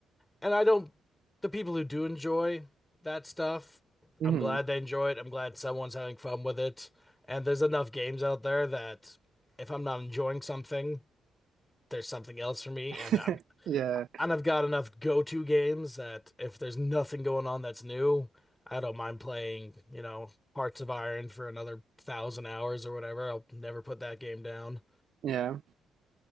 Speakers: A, on the left; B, on the right.
A: and I don't the people who do enjoy that stuff,
B: hmm
A: I'm glad they enjoy it. I'm glad someone's having fun with it. And there's enough games out there that if I'm not enjoying something, there's something else for me.
B: <laughs>
A: And I've,
B: Yeah,
A: and I've got enough go-to games that if there's nothing going on that's new, I don't mind playing, you know, Hearts of Iron for another thousand hours or whatever. I'll never put that game down.
B: yeah.